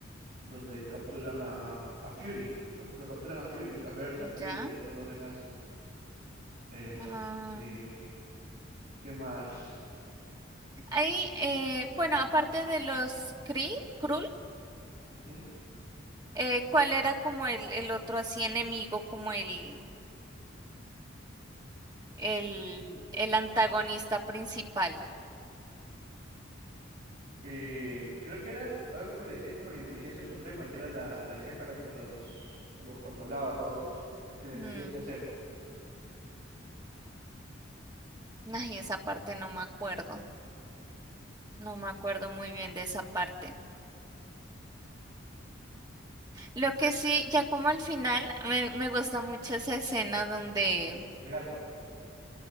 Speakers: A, on the right (about 50°); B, on the right (about 20°).
A: donde capturan a, a Fury, ¿no? Lo capturan a Fury, a Bears, a Fury
B: ya.
A: y a todos los demás. Este.
B: Ah,
A: ¿Qué más?
B: Ahí, eh, bueno, aparte de los Kree, Krul,
A: Ujú.
B: eh, ¿cuál era como el, el otro así enemigo, como el, el, el antagonista principal?
A: Eh, creo que era algo que le decían como la inteligencia suprema, que era la, la jefa la que los, los controlaba a todos, los que les
B: Mm.
A: decía qué hacer.
B: Ay, esa parte no me acuerdo. No me acuerdo muy bien de esa parte. Lo que sí, ya como al final, me, me gusta mucho esa escena donde,
A: El gato,